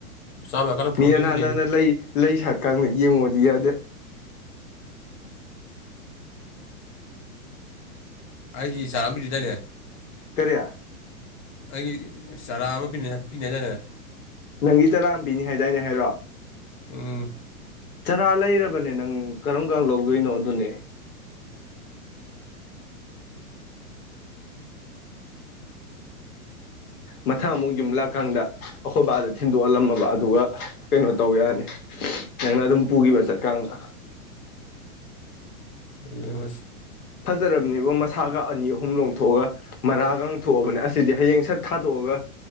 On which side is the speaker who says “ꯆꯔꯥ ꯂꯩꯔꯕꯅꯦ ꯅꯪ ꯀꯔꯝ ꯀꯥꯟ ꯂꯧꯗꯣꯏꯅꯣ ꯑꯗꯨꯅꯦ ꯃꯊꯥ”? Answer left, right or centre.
Left